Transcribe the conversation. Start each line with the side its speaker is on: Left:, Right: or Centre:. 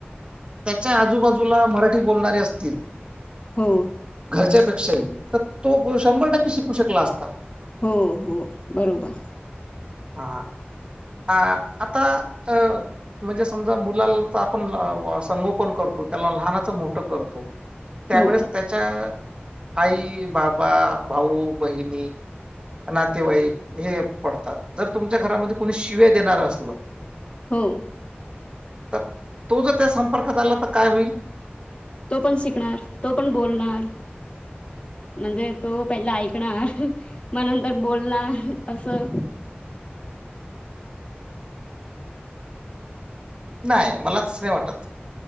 Right: त्याच्या आजूबाजूला मराठी बोलणारी असते
Left: हो
Right: घरच्या पेक्षाही तर तो शंभर टक्के शिकू शकला असता.
Left: हो हो बरोबर.
Right: हा ह. ह आता अ म्हणजे समजा मुलाचा आपण संगोपन करतो त्याला लहानाचं मोठं करतो त्यावेळेस
Left: हो
Right: त्याच्या आई बाबा. भाऊ बहिणी नातेवाईक हे पडतात जर तुमच्या घरामध्ये कोण शिवे्या देणार असल.
Left: हो
Right: तर तो जर त्या संपर्कात आला तर काय होईल
Left: तो पण शिकणार तो पण बोलणार म्हणजे तो पहिला ऐकणार मनांतर बोलणार असं
Right: नाही मला तच नाही वाटत